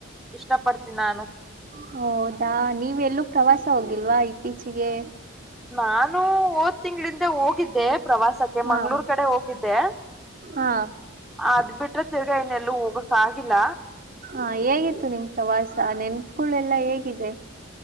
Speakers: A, in the centre; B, on the right.
A: ಇಷ್ಟ ಪಡ್ತೀನಿ ನಾನು
B: ಹೌದಾ ನೀವೆಲ್ಲೂ ಪ್ರವಾಸ ಹೋಗಿಲ್ವಾ ಇತ್ತೀಚಿಗೆ
A: ನಾನು ಓದ ತಿಂಗಗಳಿಂದ ಹೋಗಿದ್ದೆ ಪ್ರವಾಸಕ್ಕೆ
B: ಹಾ
A: ಮಂ್ಗಳೂರ್ ಕಡೆ ಹೋಗಿದ್ದೆ
B: ಹಾ
A: ಅದ ಬಿಟ್ರೆ ತಿರ್ಗಾಯನ್ನಲ್ಲೂ ಹೋಗಕ್ ಆಗಿಲ್ಲ
B: ಹಾ ಹೇಗಿತ್ತು ನಿಮ್ ಪ್ರವಾಸ ನೆನ್ಪಗಳು ಎಲ್ಲಾ ಹೇಗಿದೆ